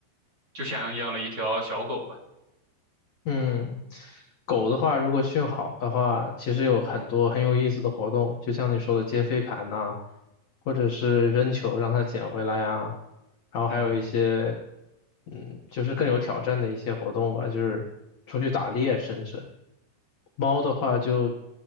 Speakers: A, on the right (about 35°); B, on the left (about 75°).
A: 就像养了一条小狗吧。
B: 嗯，狗的话，如果训好的话，其实有很多很有意思的活动，就像你说的接飞盘呐、或者是扔球让它捡回来啊，然后还有一些，
A: 嗯
B: 嗯，就是更有挑战的一些活动吧，就是出去打猎，甚至猫的话就，